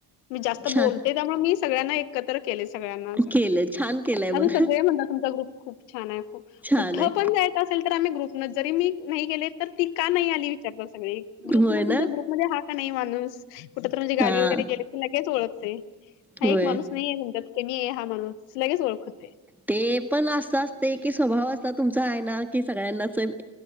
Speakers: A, on the left; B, in the centre.
A: मी जास्त
B: छान
A: बोलते त्यामुळे, मी सगळ्यांना एकत्र केलेय. सगळ्यांना असं.
B: केलं. छान केलंय मग.
A: आता सगळे म्हणतात, तुमचा ग्रुप खूप छानय. खूप.
B: छान
A: कुठं
B: आहे.
A: पण जायच असेल तर, आम्ही ग्रुपन. जरी मी नाही गेले. तर ती का, नाही आली? विचारतात सगळे. ग्रुपन
B: होय ना?
A: तुमचा, ग्रुप मध्ये हा का, नाही माणूस? कुठ तर म्हणजे गावी
B: हां.
A: वगैरे गेले की लगेच ओळखतय हा
B: होय.
A: एक माणूस नाहीे तुमच्यात. के मी हे हा माणूस लगेच ओळखते.
B: ते पण असं असते की स्वभाव असता तुमचा आहे ना कि सगळ्यांनाच <unintelligible> <unintelligible>